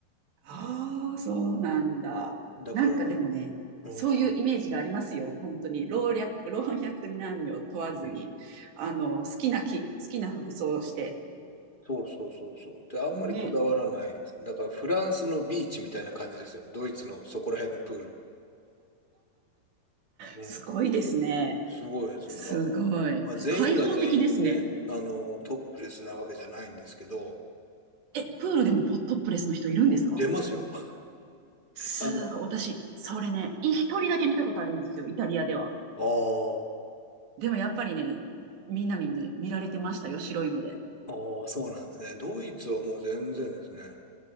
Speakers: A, on the right; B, on the left.
A: ああ、そうなんだ。
B: だから、
A: なんかでもね、
B: うん、
A: そういうイメージがありますよ。本当に。老若、老若男女問わずに、
B: うん <laughs>
A: あの、好きなき、好きな服装をして。
B: そうそうそうそう。で、あんまりこだわらないです。
A: ね。
B: だから、フランスのビーチみたいな感じですよ。ドイツのそこら辺のプール。うん
A: すごいですね。
B: すごいですんだ。
A: すごい。
B: まあ、全員が全員ね、
A: 開放的ですね。
B: あの、トップレスなわけじゃないんですけど、
A: え、プールでもポトップレスの人いるんですか
B: 出ますよ。<laughs>
A: すごい。
B: あの、
A: 私、それね、い一人だけ見たことあるんですよ。イタリアでは。
B: あ
A: でもやっぱりね、みんなにね、見られてましたよ。白い目で。
B: あ、ああ、そうなんですね。ドイツはもう全然ですね。